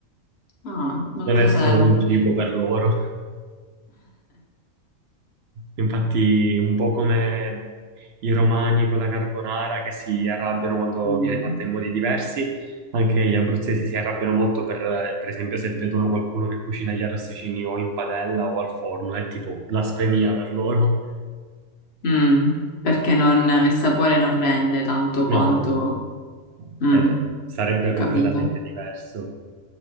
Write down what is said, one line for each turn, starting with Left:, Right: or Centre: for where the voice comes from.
Left: ah, non
Right: non
Left: lo sapevo.
Right: è solo un cibo per loro. Infatti, un po' come i romani con la carbonara che si arrabbiano quando
Left: Mm.
Right: viene fatta in modi diversi, anche gli abruzzesi si arrabbiano molto per, per esempio, se vedono qualcuno che cucina gli arrosticini o in padella o al forno, è tipo blasfemia per loro.
Left: Mm, Perché non- il sapore non rende tanto
Right: No,
Left: quanto...
Right: no,
Left: Mm,
Right: eh, sarebbe
Left: capito.
Right: completamente diverso.